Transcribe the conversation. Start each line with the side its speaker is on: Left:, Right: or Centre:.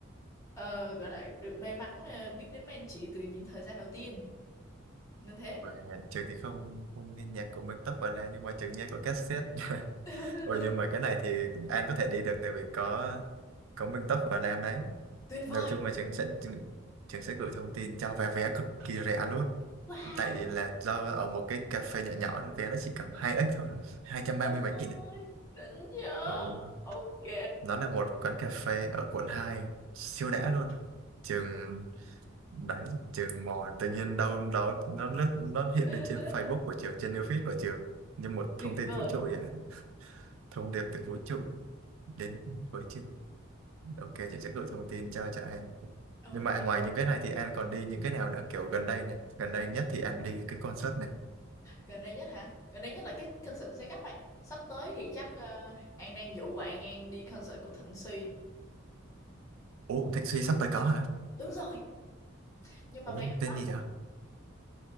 Left: ờ, gọi là được may mắn ờ, biết đến mấy anh chị từ những thời gian đầu tiên nên thế
Right: và trường thì không không nghe nhạc của Minh Tốc vào đây nhưng mà trường nghe của cassette <laughs>
Left: <laughs>
Right: ôi nhưng mà cái này thì An có thể đi được tại vì có có Minh Tốc và Lam đấy
Left: tuyệt
Right: đầu
Left: vời
Right: chung là trường sẽ trường, trường sẽ gửi thông tin cho vé vé cực kỳ rẻ luôn
Left: Wow,
Right: tại là do ở một cái cà phê nhỏ nhỏ nó vé nó chỉ cầm hai x thôi hai trăm ba
Left: Trời
Right: mươi mấy
Left: ơi,
Right: nghìn này
Left: đỉnh nhờ.
Right: ừ.
Left: Ok.
Right: nó là một quán cà phê ở quận 2 siêu đã luôn trường đấy trường mò tự nhiên đâu đó nó lướt nó hiện
Left: <laughs>
Right: lên trên Facebook của trường trên new feed của trường như một
Left: tuyệt
Right: thông tin
Left: vời.
Right: vũ trụ vậy thông điệp từ vũ trụ đến với trường ok chị sẽ gửi thông tin cho cho An
Left: Ok.
Right: nhưng mà ngoài những cái này thì An còn đi những cái nào nữa kiểu gần đây này gần đây nhất thì An đi cái concert này
Left: Gần đây nhất hả? Gần đây nhất là cái concert giấy gấp ấy. Sắp tới thì chắc ờ, An đang dụ bạn An đi concert của Thịnh Suy.
Right: ồ Thịnh Suy sắp tới có hả
Left: Đúng rồi. Nhưng mà
Right: ồ
Left: vé hơi
Right: tên
Left: mắc
Right: gì
Left: đấy.
Right: đó